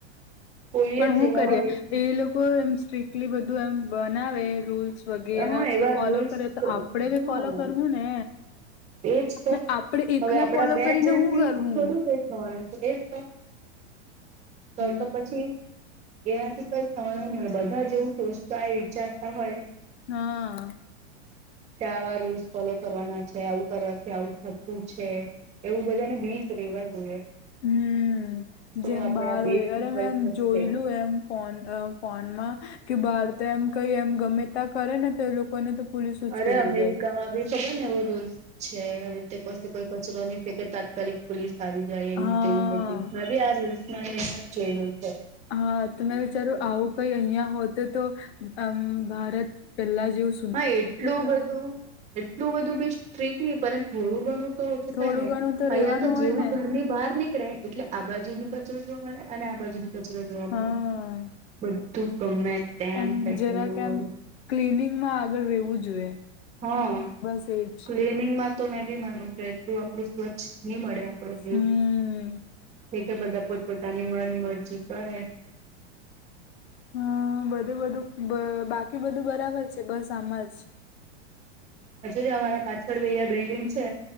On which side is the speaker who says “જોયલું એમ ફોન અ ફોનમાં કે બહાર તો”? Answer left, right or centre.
Left